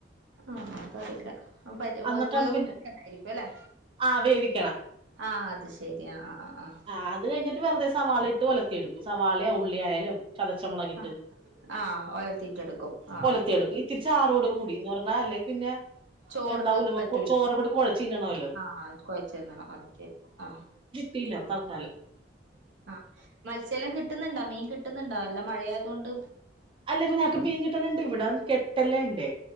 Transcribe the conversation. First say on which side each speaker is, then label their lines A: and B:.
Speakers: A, on the right; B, on the right.
A: ആഹ് അതറിയില്ല
B: എന്നിട്ടാണ്
A: വേ <unintelligible>
B: പിന്നെ
A: അല്ലെ
B: ആ വേവിക്കണ
A: ആഹ് അത് ശെരി ആഹ് ആഹ്
B: ആ അത് കഴിഞ്ഞിട്ട് വേ സവാളയിട്ട് ഒലത്തിയെടുക്കും വാളയോ ഉള്ളിയായാലും ചതച്ചമോളകിട്ട്
A: ആഹ് ആഹ് ആഹ് ഒലത്തിട്ടെടുക്കും ആഹ്
B: ഒലത്തിയെടുക്കും ഇച്ചിരി ചാറോടു കൂടിന്ന് ഇടാണ അല്ലേ പിന്നെ
A: ചോറ്ന്ന്
B: ഉണ്ടാവൂല നമുക്ക്
A: പറ്റൂല
B: ചോറ് കൂടി കുഴച്ച് തിന്നണമല്ലോ
A: ആഹ്‌ കൊഴച്ചിന്നണം അത് ശെരി ആഹ്
B: ട്ടില്ല അപ്പോ ത
A: ആഹ് മത്സ്യല്ലോം കിട്ടുന്ന്ണ്ടാ മീൻ കിട്ടുന്ന്ണ്ടാ നല്ല മഴയ തൊണ്ട്
B: അല്ലമ് നമ്മക്ക് മീൻ കിട്ടണ് ണ്ട് ഇവിട കെട്ടല്ലേംണ്ടേ